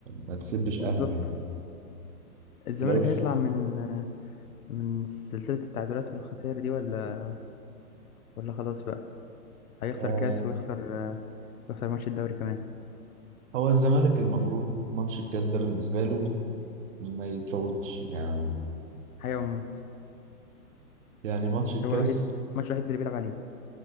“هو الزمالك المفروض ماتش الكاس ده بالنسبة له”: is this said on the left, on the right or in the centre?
Right